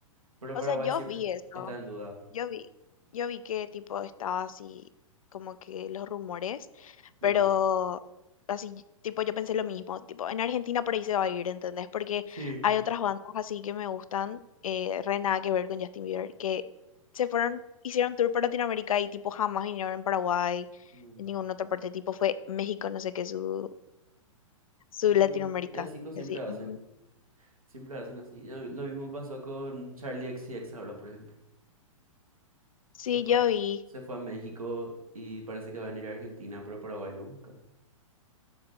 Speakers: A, on the right; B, on the left.
A: Pero
B: o
A: Paraguay
B: sea, yo
A: siempre
B: vi eso.
A: está en duda.
B: Yo vi, yo vi que tipo estaba así, como que los rumores, pero
A: Mm.
B: así, tipo yo pensé lo mismo, tipo en Argentina por ahí se va a ir, ¿entendés? Porque
A: Sí.
B: hay otras bandas así que me gustan, eh, re nada que ver con Justin Bieber, que se fueron, hicieron tour por Latinoamérica y tipo jamás vinieron en Paraguay,
A: Mm.
B: en ninguna otra parte, tipo fue México, no sé qué, su su
A: No,
B: Latinoamérica.
A: y así co-
B: Y
A: siempre
B: así,
A: hacen,
B: "Ujú".
A: siempre hacen así. Lo, lo mismo pasó con Charlie X C X ahora, por ejemplo.
B: Sí,
A: Se fue,
B: yo
A: a-
B: vi.
A: se fue a México y parece que van a ir a Argentina, pero Paraguay no, nunca.